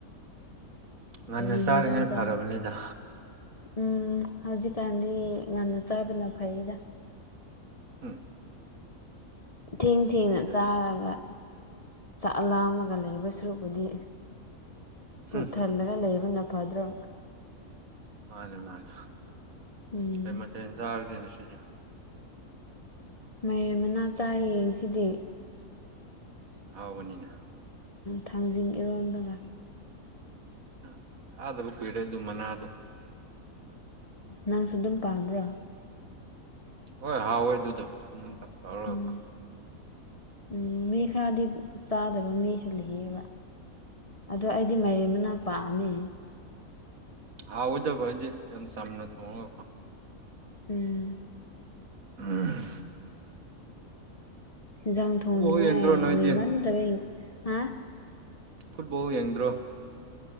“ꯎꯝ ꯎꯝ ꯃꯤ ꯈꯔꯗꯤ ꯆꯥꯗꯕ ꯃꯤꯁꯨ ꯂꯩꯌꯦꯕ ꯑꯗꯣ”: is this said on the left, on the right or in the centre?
Left